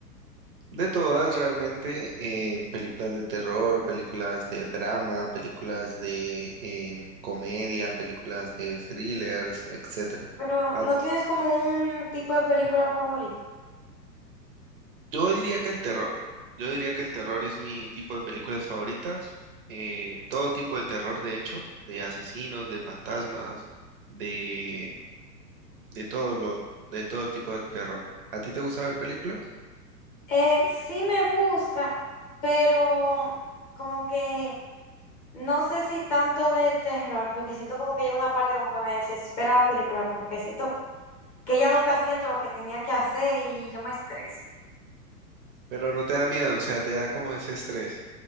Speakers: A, on the right; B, on the left.
A: De todas, realmente, em, películas de terror, películas de drama, películas de em, comedia, películas de thrillers, etcétera.
B: Pero
A: ¿A
B: no tienes como un tipo de película favorita.
A: Yo diría que el terror. Yo diría que el terror es mi tipo de películas favoritas. eh, todo tipo de terror, de hecho, de asesinos, de fantasmas, de, de todo lo, de todo tipo de terror. ¿A ti te gusta ver películas?
B: Eh, sí me gusta, pero como que no sé si tanto de terror, porque siento como que llega una parte como que me desespera la película, como que siento que ya no está haciendo lo que tenía que hacer y yo me estreso.
A: Pero no te da miedo, o sea, te da como ese estrés.